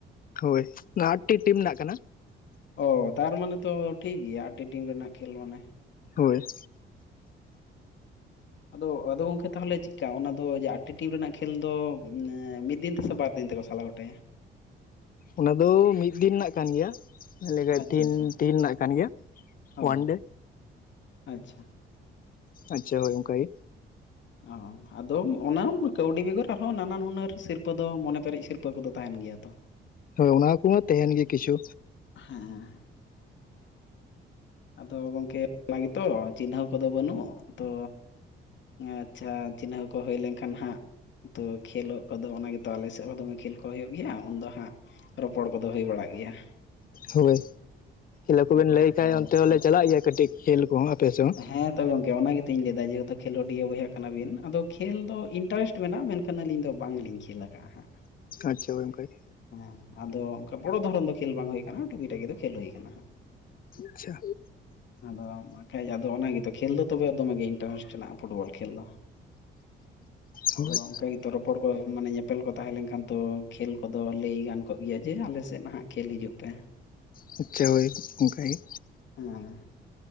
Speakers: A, on the left; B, on the left.
A: ᱦᱳᱭ ᱟᱴ ᱴᱤ ᱴᱤᱢ ᱨᱮᱱᱟᱜ ᱠᱟᱱᱟ᱾
B: ᱚ ᱛᱟᱨ ᱢᱟᱱᱮ ᱛᱚ ᱴᱷᱤᱠ ᱜᱮᱭᱟ, ᱟᱴ ᱴᱤ ᱴᱤᱢ ᱨᱮᱱᱟᱜ ᱠᱷᱮᱞ ᱢᱟᱱᱮ᱾
A: ᱦᱳᱭ ᱾
B: ᱟᱫᱚ-ᱟᱫᱚ ᱜᱚᱝᱠᱮ ᱛᱟᱦᱚᱞᱮ ᱪᱮᱫᱠᱟ, ᱚᱱᱟ ᱫᱚ ᱟᱴᱴᱤ ᱴᱤᱢ ᱨᱮᱱᱟᱜ ᱠᱷᱮᱞ ᱫᱚ ᱢᱤᱫ ᱫᱤᱱ ᱛᱮ ᱥᱮ ᱵᱟᱨ ᱫᱤᱱ ᱛᱮᱠᱚ ᱥᱟᱞᱟ ᱜᱚᱴᱟᱭᱟ᱾
A: ᱚᱱᱟ ᱫᱚ ᱢᱤᱫ ᱫᱤᱱ ᱨᱮᱱᱟᱜ ᱠᱟᱱ ᱜᱮᱭᱟ, ᱢᱮᱱᱞᱠᱷᱟᱡ
B: ᱟᱪᱪᱷᱟ
A: ᱛᱤᱦᱤᱱ-ᱛᱤᱦᱤᱱ
B: ᱟᱪᱪᱷᱟ
A: ᱨᱮᱱᱟᱜ ᱠᱟᱱ ᱜᱮᱭᱟ,
B: ᱚ
A: ᱳᱣᱟᱱ ᱰᱮ᱾
B: ᱟᱪᱪᱷᱟ ᱾
A: ᱟᱪᱪᱷᱟ ᱦᱳᱭ ᱚᱱᱠᱟ ᱜᱮ᱾
B: ᱚ ᱟᱫᱚᱢ ᱚᱱᱟᱢ ᱠᱟᱹᱣᱰᱤ ᱵᱮᱜᱚᱨ ᱟᱨᱦᱚᱸ ᱱᱟᱱᱟ ᱦᱩᱱᱟᱹᱨ ᱥᱤᱨᱯᱟᱹ ᱫᱚ ᱢᱚᱱᱮ ᱯᱮᱨᱮᱡ ᱥᱤᱨᱯᱟᱹ ᱠᱚᱫᱚ ᱛᱟᱦᱮᱱ ᱜᱮᱭᱟ ᱛᱚ ᱾
A: ᱦᱳᱭ ᱚᱱᱟ ᱠᱚᱢᱟ ᱛᱮᱦᱮᱱ ᱜᱮ ᱠᱤᱪᱷᱩ
B: ᱦᱮᱸᱻ᱾ ᱟᱫᱚ ᱜᱚᱝᱠᱮ ᱚᱱᱟ ᱜᱮᱛᱚ ᱪᱤᱱᱦᱟᱹᱣ ᱠᱚᱫᱚ ᱵᱟᱹᱱᱩᱜ ᱛᱚ ᱟᱪᱪᱷᱟ ᱪᱤᱱᱦᱟᱹᱣ ᱠᱚ ᱦᱩᱭ ᱞᱮᱱᱠᱷᱟᱱ ᱦᱟᱸᱜ ᱛᱚ ᱠᱷᱮᱞᱳᱜ ᱠᱚᱫᱚ ᱚᱱᱟ ᱜᱮᱛᱚ ᱟᱞᱮ ᱥᱮᱫ ᱦᱚᱸ ᱫᱚᱢᱮ ᱠᱷᱮᱞ ᱠᱚ ᱦᱩᱭᱩᱜ ᱜᱮᱭᱟ ᱩᱱ ᱫᱚ ᱦᱟᱸᱜ ᱨᱚᱯᱚᱲ ᱠᱚᱫᱚ ᱦᱩᱭ ᱵᱟᱲᱟᱜ ᱜᱮᱭᱟ ᱾
A: ᱦᱳᱭ ᱠᱷᱮᱞᱟ ᱠᱚᱵᱮᱱ
B: ᱪᱤᱱᱦᱟᱹᱣ
A: ᱞᱟᱹᱭ ᱠᱷᱟᱱᱡ
B: ᱠᱚ ᱵᱟᱹᱱᱩᱜ
A: ᱚᱱᱛᱮ ᱦᱚᱞᱮ
B: ᱛᱚ
A: ᱪᱟᱞᱟᱜ ᱜᱮᱭᱟ ᱠᱟᱹᱴᱤᱡ ᱠᱷᱮᱞ ᱠᱚᱦᱚᱸ ᱟᱯᱮ ᱥᱮ ᱦᱚᱸ᱾
B: ᱦᱮᱸᱛᱚ ᱜᱚᱝᱠᱮ ᱚᱱᱟ ᱜᱮᱛᱤᱧ ᱞᱟᱹᱭᱮᱫᱟ ᱡᱮᱦᱮᱛᱩ ᱠᱷᱮᱞᱳᱰᱤᱭᱟᱹ ᱵᱚᱭᱦᱟ ᱠᱟᱱᱟᱵᱤᱱ ᱟᱫᱚ ᱠᱷᱮᱞ ᱫᱚ ᱤᱱᱴᱟᱨᱮᱥᱴ ᱢᱮᱱᱟᱜᱼᱟ ᱢᱮᱱᱠᱷᱟᱱ ᱟᱹᱞᱤᱧ ᱫᱚ ᱵᱟᱝᱞᱤᱧ ᱠᱷᱮᱞ ᱟᱠᱟᱜᱼᱟ ᱦᱟᱸᱜ
A: ᱟᱪᱪᱷᱟ ᱦᱳᱭ ᱚᱱᱠᱟᱜᱮ
B: ᱦᱮᱸ ᱟᱫᱚ ᱵᱚᱲᱚ ᱫᱷᱚᱨᱚᱱ ᱫᱚ ᱠᱷᱮᱞ ᱵᱟᱝ ᱦᱩᱭ ᱠᱟᱱᱟ ᱴᱩᱜᱤ ᱴᱟᱜᱤ ᱫᱚ ᱠᱷᱮᱞ ᱦᱩᱭ ᱟᱠᱟᱱᱟ ᱦᱟᱸᱜ᱾
A: ᱟᱪᱪᱷᱟ᱾
B: ᱟᱫᱚ ᱵᱟᱠᱷᱟᱡ ᱟᱫᱚ ᱚᱱᱟ ᱜᱮ ᱛᱚ ᱠᱷᱮᱞ ᱫᱚ ᱛᱚᱵᱮ ᱫᱚᱢᱮᱜ ᱜᱮ ᱤᱱᱴᱟᱨᱮᱥᱴ ᱦᱮᱱᱟᱜᱼᱟ ᱯᱷᱩᱴᱵᱚᱞ ᱠᱷᱮᱞ ᱫᱚ᱾ ᱟᱫᱚ
A: ᱦᱳᱭ
B: ᱚᱱᱠᱟ ᱜᱮ ᱛᱚ ᱨᱚᱯᱚᱨ ᱠᱚ ᱢᱟᱱᱮ ᱧᱮᱯᱮᱞ ᱠᱚ ᱛᱟᱦᱮᱸ ᱞᱮᱱ ᱠᱷᱟᱱ ᱛᱚ ᱠᱷᱮᱞ ᱠᱚᱫᱚ ᱞᱟᱹᱭ ᱜᱟᱱ ᱠᱚᱜ ᱜᱮᱭᱟ ᱡᱮ ᱟᱞᱮᱥᱮᱫ ᱱᱟᱦᱟᱜ ᱠᱷᱮᱞ ᱦᱤᱡᱩᱜ ᱯᱮ᱾
A: ᱱᱤᱪᱷᱟᱹᱭ ᱚᱱᱠᱟᱜᱮ᱾
B: ᱦᱮᱸᱻ